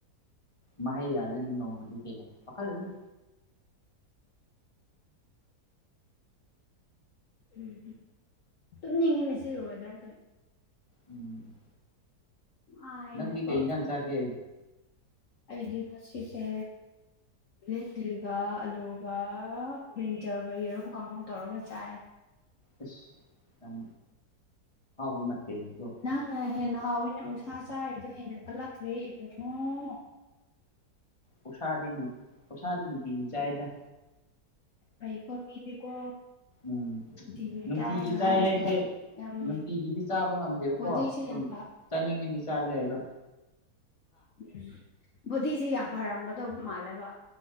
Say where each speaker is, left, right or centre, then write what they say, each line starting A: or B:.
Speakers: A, on the left (about 20°); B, on the left (about 55°).
A: ꯃꯍꯩ ꯌꯥꯜꯂꯅꯤ ꯅꯣꯡꯃꯗꯤ ꯀꯩꯅꯣ ꯄꯥꯈꯜꯗꯅꯣ
B: ꯎꯝ ꯇꯨꯝꯅꯤꯡꯉꯦꯅꯦ ꯁꯤꯒꯕꯗꯥꯏꯁꯦ
A: ꯎꯝ
B: ꯑ ꯑꯩꯅꯀꯣ
A: ꯅꯪꯗꯤ ꯀꯩ ꯏꯟꯖꯥꯡ ꯆꯥꯒꯦ
B: ꯑꯩꯗꯤꯁꯤꯁꯦ ꯂꯤꯂꯤꯒ ꯑꯂꯨꯒ ꯕ꯭ꯔꯤꯟꯖꯔꯒ ꯌꯦꯔꯨꯝ ꯀꯥꯡꯉꯧ ꯇꯧꯔꯒ ꯆꯥꯏ
A: ꯑꯁ ꯌꯥꯝ ꯎ ꯅꯠꯇꯦꯅꯤꯀꯣ
B: ꯅꯪꯅ ꯍꯦꯟꯅ ꯍꯥꯎꯋꯤꯅ ꯎꯁꯥ ꯆꯥꯏꯕꯗꯣ ꯍꯦꯟꯅ ꯀꯜꯂꯛꯈ꯭ꯔꯦ ꯏꯕꯉꯣ
A: ꯎꯁꯥꯗꯤꯅ ꯎꯁꯥꯗꯤꯅꯗꯤꯖꯥꯏꯗ
B: ꯑꯩꯥꯏꯀꯣ ꯃꯤꯗꯤꯀꯣ
A: ꯎꯝ
B: ꯅꯨꯡꯇꯤꯒꯤ
A: ꯅꯪ
B: ꯆꯥꯏꯒ
A: ꯏ ꯆꯥꯏ
B: ꯍꯥꯏ
A: ꯍꯥꯏꯦ
B: ꯌꯥꯝ
A: ꯅꯨꯅꯨꯡꯄꯤꯒꯤꯗꯤ ꯆꯥꯕ ꯉꯝꯗꯦꯕꯀꯣ
B: ꯕꯣꯗꯤꯁꯦ
A: ꯁꯨꯝ
B: ꯌꯥꯝ
A: ꯆꯥꯅꯤꯡꯉꯗꯤ ꯆꯥꯖꯩ ꯍꯥꯏꯕ
B: ꯎꯝ ꯕꯕꯨꯗꯤꯁꯤ ꯌꯥꯝ ꯐꯔꯝꯒꯗꯧꯕ ꯃꯥꯜꯂꯦꯕ